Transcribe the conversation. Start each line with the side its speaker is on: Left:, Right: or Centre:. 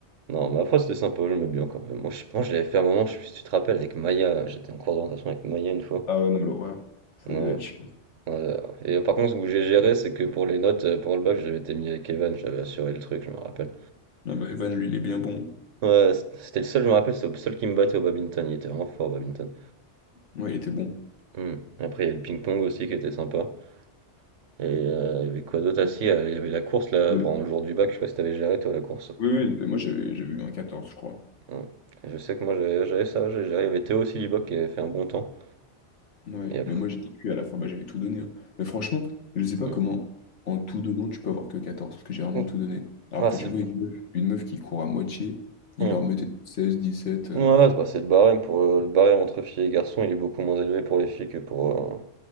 Right: Non, mais après, c'était sympa, je me bien quand même. Moi, je, moi, je l'avais fait un moment, je sais pas si tu te rappelles, avec Maya, j'étais en cours d'orientation avec Maya une fois.
Left: Ah ouais, non, l'horreur. Ça
Right: Ouais,
Left: devait être chiant.
Right: Ouais. Et par contre, ce que j'ai géré, c'est que pour les notes, euh, pour le bac, j'avais été mis avec Evan, j'avais assuré le truc, je me rappelle.
Left: Ah bah, Evan, lui, il est bien bon.
Right: Ouais, c- c'était le seul, je me rappelle, c'était le seul qui me battait au badminton, il était vraiment fort au badminton.
Left: Ouais, il était bon.
Right: Hmm. Après, il y a le ping-pong aussi qui était sympa. Et euh, il y avait quoi d'autre? Ah
Left: Ouais.
Right: si, euh, il y avait la course là,
Left: On avait-
Right: pendant le jour du bac, je sais pas si t'avais géré toi la course.
Left: Oui, oui, mais moi j'avais j'avais eu un 14 je crois.
Right: Hmm. Et Je sais que moi j'avais j'avais ça, j'ai géré. Il y avait Théo aussi, Liboc, qui avait fait un bon temps.
Left: Ouais,
Right: Et après.
Left: mais moi j'étais cuit à la fin, bah, j'avais tout donné. hein. Mais franchement, je sais pas
Right: Hmm.
Left: comment, en tout donnant, tu peux avoir que 14 parce que j'ai vraiment
Right: Hmm.
Left: tout donné. Alors
Right: Ah,
Left: que
Right: c'est
Left: tu
Right: le.
Left: vois une meuf, une meuf qui court à moitié, il
Right: hmm.
Left: leur mettait 16, 17. euh.
Right: Ouais, c'est bah, c'est le barème pour euh, le barème entre filles et garçons, il est beaucoup moins élevé pour les filles que pour, euh,